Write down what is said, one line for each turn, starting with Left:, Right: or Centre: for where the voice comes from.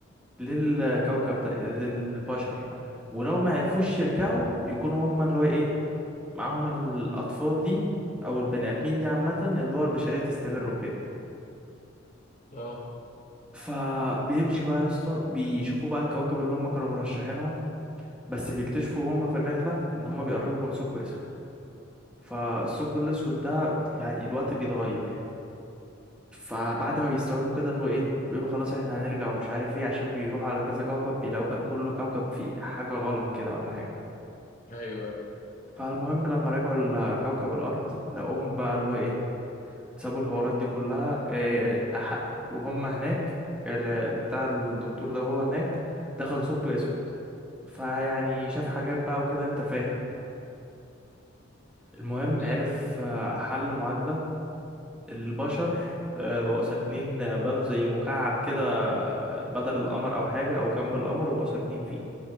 Centre: للكوكب ده للبشر ولو ما عرفوش يرجعوا يكونوا هما اللي هو ايه معاهم الأطفال دي أو البني آدمين دي عامة اللي هو البشرية تستمر وكده
Left: اه
Centre: فبيمشي بقى يا اسطى بيشوفوا بقى الكواكب اللي هما كانوا مرشحينها بس بيكتشفوا هما في الرحلة إن هما بيقربوا من ثقب أسود فالثقب
Left: مم.
Centre: الأسود ده يعني الوقت بيتغير فبعد ما بيستوعبوا كده اللي هو ايه بيقولوا خلاص احنا هنرجع ومش عارف ايه عشان بيروحوا على كذا كوكب بيلاقوا ك- كل كوكب فيه حاجة غلط كده ولا حاجة
Left: ايوه
Centre: فالمهم لما رجعوا لكوكب الأرض لقوهم بقى اللي هو ايه سابوا الحوارات دي كلها إيه أح- وهم هناك ال- بتاع الدكتور ده وهو هناك دخل ثقب أسود فيعني
Left: مم.
Centre: شاف حاجات بقى وكده انت فاهم المهم
Left: ايوه
Centre: عرف آه، حل معادلة البشر آه، بقوا ساكنين آه، بنوا زي مكعب كده آه، بدل القمر او حاجة او جنب القمر وبقوا ساكنين فيه